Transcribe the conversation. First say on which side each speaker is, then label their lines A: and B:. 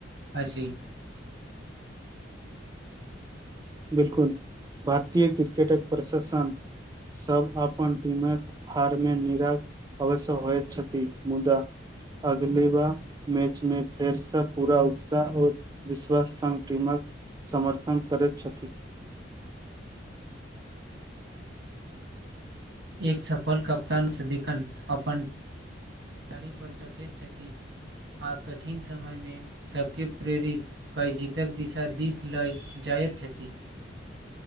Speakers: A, on the right; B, on the right.
A: अछि
B: बिलकुल भारतीय क्रिकेटक प्रशासन सब अपन टीमक हार मे निराश अवश्य होइ छथि मुदा अगली बार मैच मे फेरसँ पूरा उत्साह ओर विश्वास संग टीम क समर्थन करै छथि
A: एक सफल कप्तान सिदिखन अपन खिलाड़ी पर रखैत छथि आ कठिन समयमे सबके प्रेरित कै जीतक दिशा दिस लऽ जाइत छथि